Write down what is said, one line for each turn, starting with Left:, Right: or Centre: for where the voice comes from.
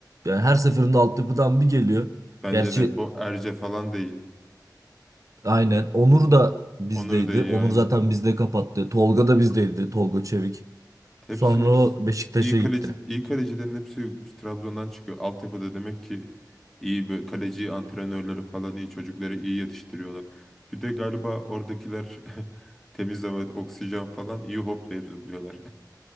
Right: yani her seferinde altyapıdan bir geliyor.
Centre: Bence
Right: Gerçi
Centre: de bu Erce falan da iyi.
Right: aynen. Onur da bizdeydi.
Centre: Onur da iyi
Right: Onur
Centre: aynen.
Right: zaten bizde kapattı. Tolga da bizdeydi. Tolga Çevik.
Centre: Hepsi
Right: Sonra
Centre: hepsi
Right: o Beşiktaş'a
Centre: e, iyi kaleci
Right: gitti.
Centre: iyi kalecilerin hepsi Trabzon'dan çıkıyor. Altyapıda demek ki iyi böyle kaleci antrenörleri falan iyi çocukları iyi yetiştiriyorlar. Bir de galiba oradakiler <laughs> temiz hava, oksijen falan iyi hoplayıp zıplıyorlar.